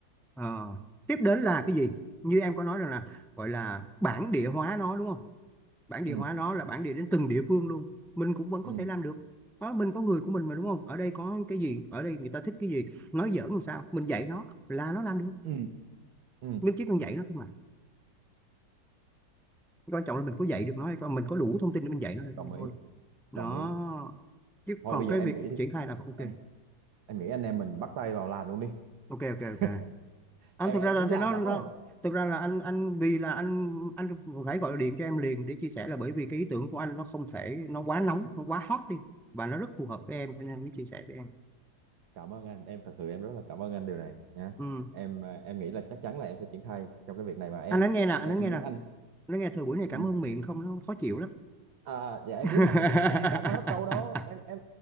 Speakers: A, in the centre; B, on the right (about 85°).
A: Ờ, tiếp đến là cái gì như em có nói rằng là gọi là bản địa hóa nó đúng không bản địa
B: ừ
A: hóa nó là bản địa đến từng địa phương luôn mình cũng vẫn có
B: ừ ừ
A: thể làm được đó, mình có người của mình mà đúng không ở đây có cái gì ở đây người ta thích cái gì nói giỡn làm sao mình dạy nó là nó làm được
B: ừ ừ.
A: mình chỉ cần dạy nó thôi mà quan trọng là mình có dạy được nó hay không mình có đủ thông tin để mình dạy nó hay
B: đồng
A: không
B: ý
A: thôi đó
B: đồng ý
A: chứ
B: thôi
A: còn
B: bây
A: cái
B: giờ em
A: việc
B: nghĩ đi
A: triển khai là ok
B: em em nghĩ anh em mình bắt tay vào làm luôn đi
A: ok ok
B: <laughs>
A: ok anh
B: em
A: thực
B: em
A: ra là
B: muốn
A: anh thấy
B: làm
A: nó
B: lắm
A: nó
B: rồi
A: thực ra là anh anh vì là anh anh phải gọi điện cho em liền để chia sẻ là bởi vì cái ý tưởng của anh nó không thể nó quá nóng nó quá hot đi và nó rất phù hợp với em cho nên anh mới chia sẻ với em
B: cảm ơn anh em thật sự em rất là cảm ơn anh điều này nhá
A: ừ.
B: em à, em nghĩ là chắc chắn là em sẽ triển khai trong cái việc này và em
A: anh nói nghe nè anh
B: em
A: nói nghe
B: muốn
A: nè
B: anh
A: nói nghe thời buổi này cảm
B: ừ.
A: ơn miệng không nó khó chịu lắm
B: À, dạ em
A: <laughs>
B: biết mà em em đã nói hết câu đó em em